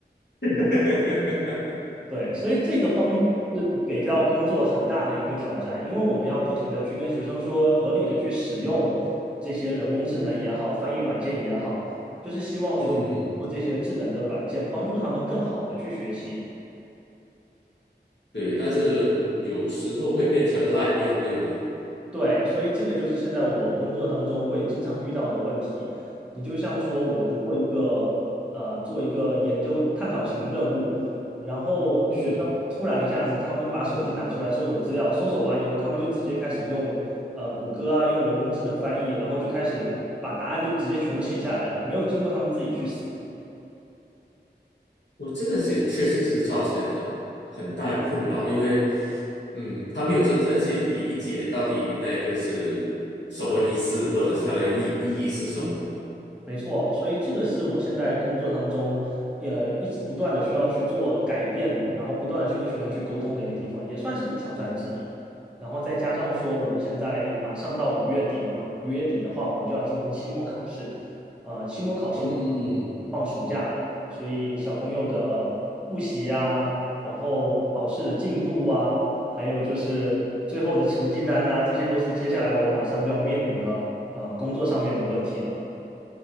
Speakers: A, on the left; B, in the centre.
A: <laughs>
B: 对，所以这个方面是给到工作很大的一个挑战，因为我们要不停的去跟学生说，合理的去使用这些人工智能也好，翻译软件也好，就是希望说通过这些智能的软件帮助他们更好的去学习。
A: 嗯哼哼，对，但是嗯，有时候会变成滥用，对吧？
B: 对，所以这个就是现在我工作当中会经常遇到的问题。你就像说，我们做一个呃，做一个研究探讨型任务，然后学生突然一下子，
A: 嗯哼。
B: 他们把手机拿出来搜索资料，搜索完以后，他们就直接开始用呃谷歌啊，用人工智能翻译，然后就开始把答案就直接全部写下来了，没有经过他们自己去思。
A: 我这个也确实是造成他很大的困扰，因为，嗯，他没有真正去理解到底那个是什么意思，或者是它的意意义是什么。
B: 没错，所以这个是我现在工作当中，也一直不断的需要去做改变，然后不断的去跟学生去沟通的一个地方，也算是挑战之一。然后再加上说，我们现在马上到五月底了嘛，五月底的话，我们就要进行期末考试，呃，期末考试完了，
A: 嗯，
B: 我们放暑假了，所以小朋友的复习啊，然后考试的进度啊，还有就是最后的成绩单呐、这些都是接下来我马上就要面临的呃工作上面的问题了。